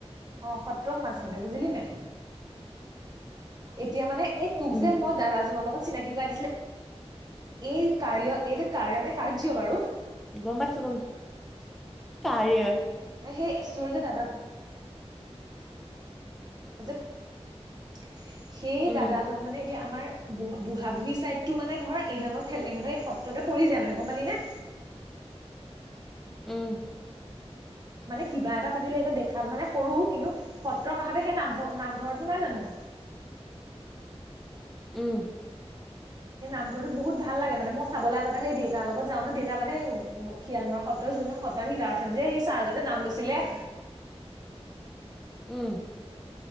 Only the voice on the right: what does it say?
অ সত্ৰ সমাজ, মানে বুজিলি নে এতিয়া মানে এই তোক
যে মই দাদাজনৰ লগত চিনাকি <unintelligible> কৰাই দিছিলে এই কাঢ়ি অ এইটো কাঢ়ি অ নে কাৰ্য বাৰু?
সেই চোৰ যে দাদা টো <unintelligible> সেই
দাদাজন মানে এতিয়া আমাৰ বুঢ়া বুঢ়ী চাইডতটো মানে ধৰ ইহঁতৰ খেল ইহঁতৰ এই সত্ৰতে পৰি যায় মানে গম পালি নে
মানে কিবা এটা পাতিলে এতিয়া দেখাত মানে সৰু কিন্তু সত্ৰৰ কাষতে সেই নামঘৰ কোন হয় জানো
সেই নামঘৰটোত বহুত ভাল লাগে মানে মই চাবলে আগতে দেউতাৰ লগত যাওঁ ন দেউতা মানে শিয়াল মৰা সত্ৰৰ জোন জনে সত্ৰৰ সত্ৰাধিকাৰ যে সেই ছাৰ জনে যে নাম লৈছিলে